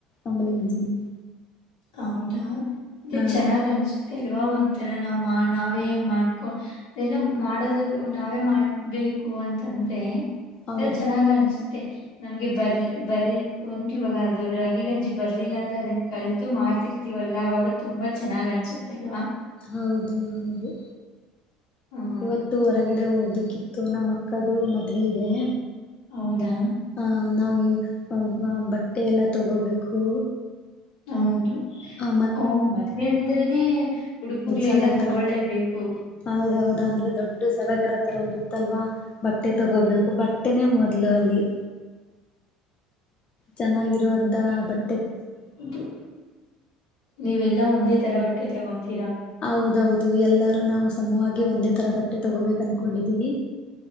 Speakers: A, on the left (about 40°); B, on the left (about 85°).
A: ಅಂಬಲಿ ಗಂಜಿನ.
B: ಹೌದಾ ಅ
A: ಹಾ
B: ಚೆನ್ನಾಗ ಅನ್ಸು ಲ್ವಾ ಒಂಥರ ನಾವ್ ನಾವೇ ಮಾಡ್ಕೊ ಅದೆಲ್ಲ ಮಾಡೋದ ನಾವೇ ಮಾಡಬೇಕ. ಬೇಕು ಅಂತಂದ್ರೆ
A: ಹೌದು
B: ಚೆನ್ನಾಗ್ ಅನ್ಸುತ್ ತ್ತೆ ನಮ್ಗೆ ಬರ್ ಬರ್ ಒಂ ಇವಾಗ ಅದು ರಾಗಿ ಗಂಜಿ ಬರ್ಲಿಲ್ಲ ಅಂದ್ರೆ ಅದನ್ನ ಕ ಮಾಡ್ತಿರ್ತಿೀವಲ್ಲಾ ಅವವಾಗ ತುಂಬಾ ಚೆನ್ನ್ ಅನ್ಸುತ್ತೆ ಅಲ್ವಾ.
A: ಹೌದು ಹೌದು
B: ಹ್ಮ್.
A: ಇವತ್ತು ಹೊರಗಡೆ ಹೋಗ್ಬೇಕಿತ್ತು ನಮ್ಮಅ ಕ್ಕದು ಮದ್ವೆ ಇದೆ
B: ಹೌದಾ?
A: ಹಾ ನಾಗೆ ಬಟ್ಟೆ ಎಲ್ಲಾ ತಗೋಬೇಕು
B: ಹೌದು
A: ಆ
B: ಅವಳ್ ಮದ್ವೆ ಅಂದ್ರೇನೆ ಉಡುಪುಗಳೆಲ್ಲ
A: ಜಾತ್ರೆತರಾ
B: ತಗೊಳ್ಳೇಬೇಕು.
A: ಹೌದೌದು ಅಂದ್ರೆ ದೊಡ್ಡ ಸಡಗರ ತರ ಇರುತ್ತಲ್ವಾ ಬಟ್ಟೆ ತಗೋಬೇಕು
B: ಹೌದು.
A: ಬಟ್ಟೆನೇ ಮೊದ ದ್ಲು ಅಲ್ಲಿ ಚೆನ್ನಾಗಿರುವಂತ ಬಟ್ಟ
B: ದು ನೀವೆಲ್ಲಾ ಒಂದೇ ತರ ಬಟ್ಟೆ ತಗೊಂತಿ
A: ಹೌದು ದೌದು ಎಲ್ಲರೂ ನಾವು ಸಮವಾಗಿ ಒಂದೇ ತರ ಬಟ್ಟೆ ತಗೋಬೇಕು ಅನ್ಕೊಂಡಿದ್ದೀವಿ